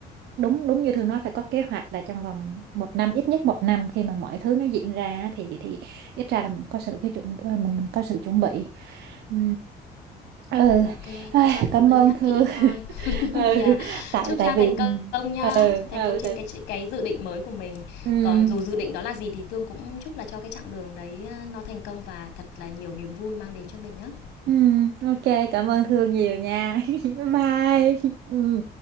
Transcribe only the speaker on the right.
đúng đúng như Thương nói phải có kế hoạch là trong vòng một năm ít nhất một năm khi mà mọi thứ nó diễn ra á, thì thì ít ra là mình có sự cái chuẩn ờ, mình mình có sự chuẩn bị ừ, ừ.
Ai,
cảm
ơn
Thương
<laughs>
ừ.
tại
tại
vì
ừ
ừ
tại
ừ
Ừ, ok, cảm ơn Thương nhiều nha. <laughs> Bye. Ừ.